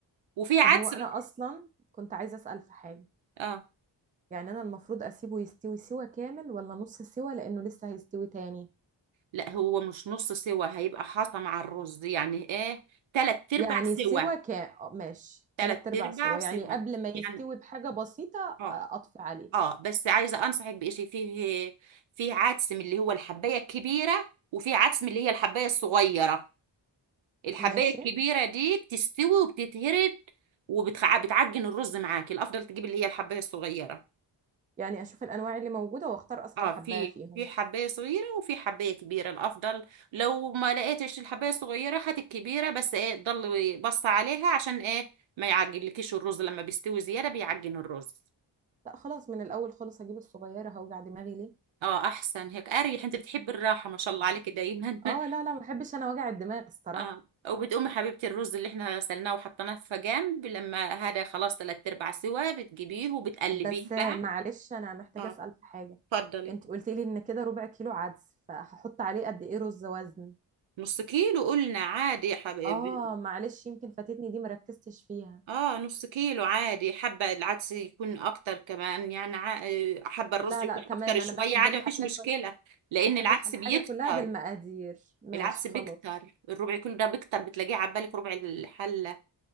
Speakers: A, on the right; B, on the right.
A: وفيه عدس
B: طب هو انا
A: بت...
B: اصلا كنت عايزه اسال في حاجه
A: اه
B: يعني انا المفروض اسيبه يستوي سوا كامل ولا نص سوا لانه لسه هيستوي تاني
A: لا هو مش نص سوا هيبقى حاطه مع الرز يعني ايه تلات ارباع
B: يعني سوا
A: سوا
B: كام آه، ماشي
A: تلات
B: تلات ارباع
A: ارباع
B: سوا
A: سوا
B: يعني قبل ما يستوي
A: يعني
B: بحاجه بسيطه
A: اه
B: آه، اطفي عليه
A: اه بس عايزه انصحك بشيء فيه فيه عدس من اللي هو الحبايه الكبيره وفيه عدس من اللي هي الحبايه الصغيره الحبايه
B: ماشي
A: الكبيره دي بتستوي وبتتهرد وبتعجن الرز معاك الافضل تجيب اللي هي الحبايه الصغيره
B: يعني اشوف الانواع اللي موجوده واختار اصغر
A: اه
B: حبايه
A: في
B: فيهم
A: في حبايه صغيره وفي حبايه كبيره الافضل لو ما لقيتش الحبايه الصغيره هات الكبيره بس ايه ضل بص عليها عشان ايه ما يعجنلكيش الرز لما بيستوي زياده بيعجن الرز
B: لا خلاص من الاول خالص هجيب الصغيره هوجع دماغي ليه
A: اه احسن هيك اريح انت بتحب الراحه ما شاء الله عليك دايما <laughs>
B: اه لا لا ما بحبش انا وجع الدماغ الصراحه
A: اه وبتقومي حبيبتي الرز اللي احنا غسلناه وحطيناه في جنب لما هذا خلاص تلات ارباع سوا بتجيبيه وبتقلبيه
B: بس معلش
A: بقى
B: انا محتاجه
A: اه
B: اسال في حاجه
A: اتفضلي
B: انت قلت لي ان كده ربع كيلو عدس فهحط عليه قد ايه رز وزن
A: نص كيلو قلنا عادي يا حبايبي
B: اه معلش يمكن فاتتني دي مركزتش فيها
A: اه نص كيلو عادي حبة العدس يكون اكتر كمان يعني ع- آه، حبة الرز
B: لا
A: يكون
B: لا تمام
A: اكتر شوية
B: انا بحب
A: عادي
B: الحاجه
A: مفيش مشكلة
B: كل...
A: لان
B: بحب
A: العدس
B: الحاجه
A: بيكتر
B: كلها بالمقادير ماشي
A: العدس
B: خلاص
A: بيكتر الربع كيلو ده بيكتر بتلاقيه عبالك ربع الحلة